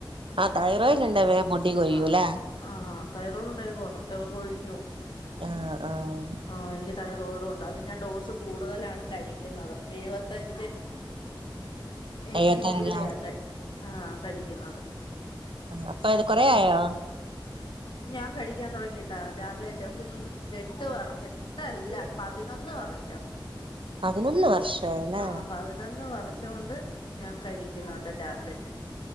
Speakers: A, on the right; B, on the left.
A: ആഹ് തൈറോയ്ഡ് ണ്ടേ വേം മുടി കൊഴിയു
B: ആഹ്
A: ല്ലേ?
B: ആഹ് തൈറോയ്ഡ് ഉണ്ടെങ്കി കൊറേ ഏ കൊഴിഞ്ഞു
A: ആഹ് ആഹ്
B: ആഹ് എനിക്ക് തൈറോയ്ഡും ഉ അത് ഞാൻ ഡോസ് കൂടുതലാണ് കഴിക്കുന്നുന്നത് എഴുപത്തഞ്ച്. എം
A: എഴുപത്തഞ്ചോ
B: സി ജിയുടെയാ തെ ആഹ് കഴിക്കുന്നത്.
A: അപ്പൊ ഇത് കൊറേയായോ?
B: ഉം ഞാൻ കഴിക്കാൻ തുടങ്ങീട്ടോ ടാബ്ലറ്റ് ഉം എട്ട് വർ എട്ടല്ല പതിനൊന്ന്. ഹ വർഷം
A: പതിനൊന്ന് വർഷായില്ലേ
B: ആഹ് പതിനൊന്ന് വർഷ് ഷോണ്ട് ഞാൻ കഴിക്കുന്നുണ്ട് ടാബ്ലറ്റ്.